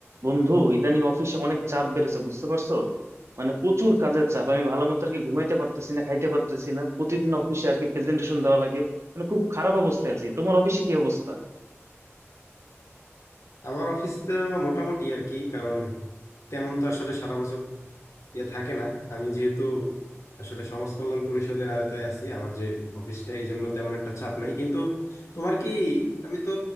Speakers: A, on the right; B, on the left.
A: বন্ধু ইদানিং অফিসে অনেক চাপ বেড়েছে বুঝতে পারছো মানে প্রচুর কাজের চাপ আমি ভালো মতো আর কি ঘুমাইতে পারতেছি না খাইতে পারতেছি না প্রতিদিন অফিসে আর কি প্রেজেন্টেশন দেওয়া লাগে মানে খুব খারাপ অবস্থায় আছি তোমার অফিসে কি অবস্থা
B: আমার অফিস তো মোটামুটি আর কি কারণ তেমন তো আসলে সারা বছর ইয়ে থাকে না আমি যেহেতু আসলে সমাজ কল্যাণ পরিষদের আওতায় আছি আমার যে অফিসটা এই জন্য তেমন একটা চাপ নাই কিন্তু তোমার কি আমি তো